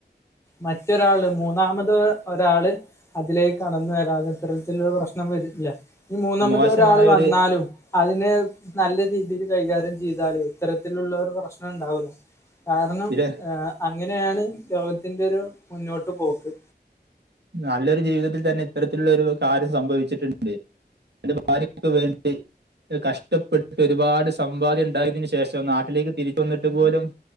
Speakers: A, on the left; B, on the right.
A: മറ്റൊരാള് മൂന്നാമത് ഒരാള് അതിലേക്ക് കടന്നു വരാതെ ഇത്തരത്തിലുള്ള പ്രശ്നം വരില്ല ഇനി മൂന്നാമതെ
B: ഇത് മോശമായ
A: ഒരാൾ വന്നാലും
B: ഒരു
A: അതിനെ നല്ല രീതിയിൽ കൈകാര്യം ചെയ്താല് ഇത്തരത്തിലുള്ളരു പ്രശ്നം ഉണ്ടാവു ല കാരണം
B: ചില
A: അങ്ങനെയാണ് ലോകത്തിന്റെ ഒരു മുന്നോട്ട് പോക്ക്
B: നല്ലൊരു ജീവിതത്തിൽ തന്നെ ഇത്തരത്തിലുള്ളരു കാര്യം സംഭവിച്ചിട്ട്ണ്ട് പിന്നെ ഭാര്യക്ക് വേണ്ടി കഷ്ടപ്പെട്ട് ഒരുപാട് സമ്പാദ്യം ഉണ്ടായതിന് ശേഷം നാട്ടിലേക്ക് തിരി വന്നിട്ട് പോലും